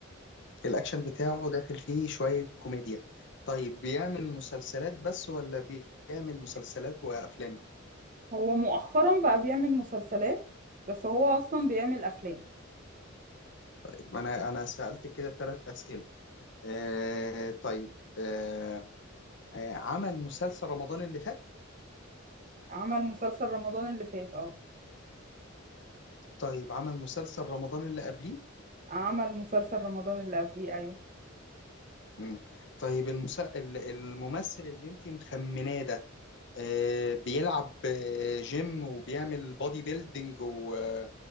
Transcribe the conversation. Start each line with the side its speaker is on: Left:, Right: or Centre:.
Left: الاكشن بتاعه داخل فيه شوية كوميديا طيب بيعمل مسلسلات بس ولا بيعمل مسلسلات وافلام
Right: هو مؤخرا بقى بيعمل مسلسلات بس هو اصلا بيعمل افلام
Left: طيب انا انا سألت كده ثلاث أسئلة آه طيب آه آه، عمل مسلسل رمضان اللي فات
Right: عمل مسلسل رمضان اللي فات اه
Left: طيب عمل مسلسل رمضان اللي قبليه
Right: عمل مسلسل رمضان اللي قبليه ايوه
Left: مم. طيب المسا... ال- الممثل اللي انت مخمناه ده آه، بيلعب آه، جيم وبيعمل بودي بيلدينج و-